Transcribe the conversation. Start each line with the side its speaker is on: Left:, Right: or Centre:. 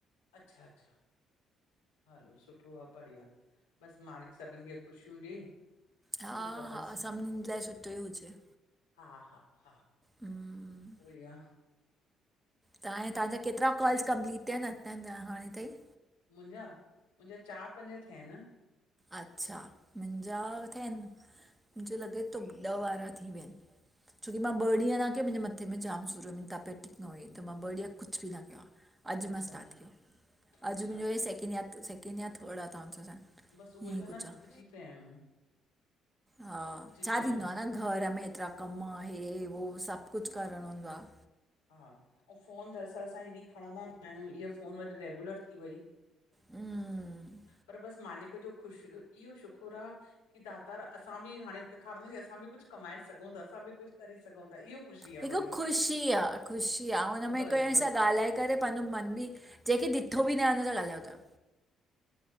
Left: अच्छा, अच्छा, हलो सुठो आ बढ़िया। बस मालिक सबिन खे ख़ुशियूं ॾे।
Right: हा,
Left: ॿियो त बसि
Right: हा सबनिन जे लाइ सुठो ई हुजे।
Left: हा, हा, हा,
Right: हम्म
Left: उओ ई आ।
Right: त हाणे तहांजा केतरा कॉल्स कंपलीट थिया आहिन अज तांई हाणे ताईं?
Left: मुंजा, मुंजा चार पंज थिया आहिन।
Right: अच्छा, मुंहिंजा थिया आहिनि। मुंझे लॻे थो ॾह वारा थी विया आहिनि। छोकी मा ॿ ॾींहुं न कयो, मुंहिंजे मथे में जाम सूर हुयो। मुहिंजी तॿियति ठिक न हुई। त मां ॿ ॾींहुं कुझु बि न कयो आ। अॼु
Left: अच्छा
Right: मां स्टार्ट
Left: अच्छा
Right: कयो।
Left: अच्छा
Right: अॼु मुंहिंजो हे सेकेंड या सेकेंंड या थर्ड आ तव्हा सां ई
Left: बसि उहो
Right: ईअं
Left: ई आ
Right: कुझु
Left: न थकिजी
Right: आहे
Left: पिया आहियूं।
Right: हा,
Left: थकिजी
Right: छा
Left: पिया आहियूं
Right: थींदो आहे न घर में एतिरा कमु हे, हो उ सभु कुझु करणो हूंदो आहे।
Left: हा, अउं फोन दरअसल असां हेॾी खणंदा न आहियूं। इहा फ़ोन वरी रेगुलर थी वई।
Right: हम्म
Left: पर बसि मालिक जो ख़ुश इहो शुकुर आ की दातार असां बि हाणे ॾेखारींदास की असां बि कुझु कमाए सघूं था। असां बि कुझु करे सघउं था। इहो ख़ुशी
Right: हिकु
Left: आ वॾी त
Right: ख़ुशी आ, ख़ुशी आ हुन
Left: बस
Right: में केंह
Left: बस
Right: सां ॻाल्हाए करे पंहिंजो मन बि जंहिंखे ॾिठो बि न आहे हुन सां ॻाल्हायो था।